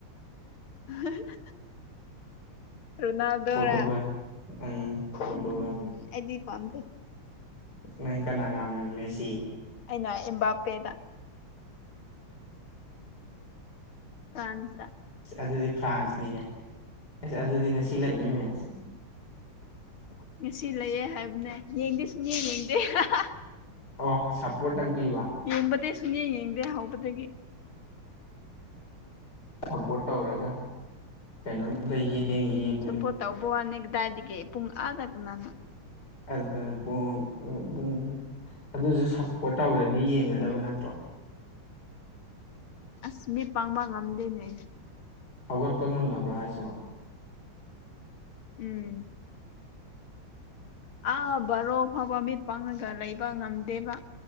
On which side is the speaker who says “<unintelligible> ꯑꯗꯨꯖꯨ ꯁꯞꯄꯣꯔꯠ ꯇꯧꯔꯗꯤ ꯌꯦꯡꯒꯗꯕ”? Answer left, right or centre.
Left